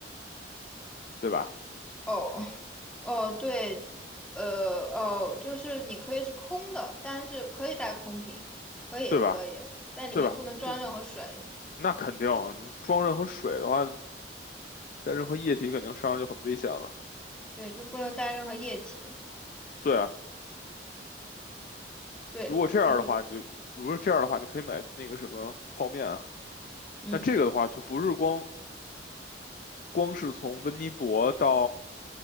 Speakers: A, on the left; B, in the centre.
A: 对吧？
B: 哦哦，对，呃哦，就是你可以是空的，但是可以带空瓶，可以可以，
A: 对吧？
B: 但里面不能装任何水。
A: 对吧？就那肯定，你装任何水的话，带任何液体肯定身上就很危险了。
B: 对，就不能带任何液体。
A: 对啊，
B: 对，
A: 如果这样的话，
B: 就是
A: 你就如果这样的话，你可以买那个什么泡面啊。
B: 嗯
A: 那这个的话，就不是光光是从温尼伯到